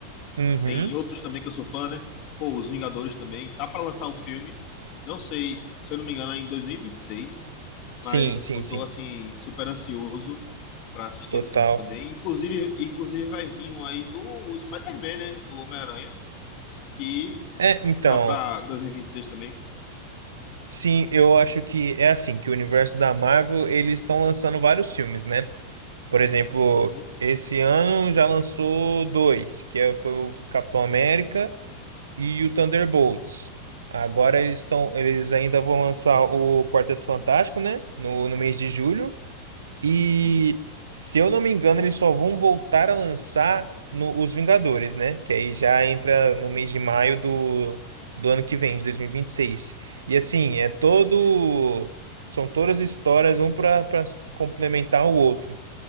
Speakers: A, on the right; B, on the left.
A: Uhum.
B: Tem outros também que eu sou fã, né? Pô, Os Vingadores também. Tá pra lançar um filme. Não sei, se eu não me engano, é em 2026.
A: Sim,
B: Mas, tipo,
A: sim,
B: eu
A: sim.
B: tô, assim, super ansioso pra assistir
A: Total.
B: esse filme também. Inclusive, inclusive vai vir um aí do Spider-Man, né? Do Homem-Aranha. Que
A: É, então,
B: lá pra 2026 também.
A: sim, eu acho que é assim, que o universo da Marvel, eles estão lançando vários filmes, né? Por exemplo,
B: Uhum,
A: esse ano já lançou dois, que é- foi o Capitão América e o Thunderbolts. Agora eles estão, eles ainda vão lançar o Quarteto Fantástico, né? No, no mês de julho. E
B: sim.
A: se eu não me engano, eles só vão voltar a lançar no, os Vingadores, né? Que aí já entra no mês de maio do, do ano que vem, de 2026. E vinte e seis. E assim, é todo.
B: Perfeito.
A: São todas histórias, um para complementar o outro.